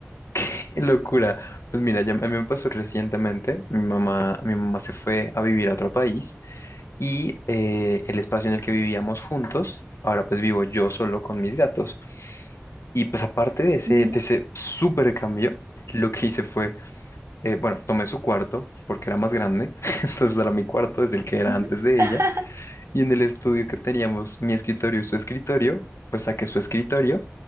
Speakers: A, on the left; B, on the right.
A: <laughs> Locura. Pues mira, ya, a mí me pasó recientemente, mi mamá, mi mamá se fue a vivir a otro país. y eh, el espacio en el que vivíamos juntos, ahora pues vivo yo solo con mis gatos. Y pues aparte de ese,
B: ¿Ya?
A: de ese súper cambio, lo que hice fue, eh, bueno, tomé su cuarto porque era más grande, <laughs> entonces era mi cuarto, es el que era
B: Ujú,
A: antes de
B: <laughs>
A: ella, y en el estudio que teníamos mi escritorio y su escritorio, pues saqué su escritorio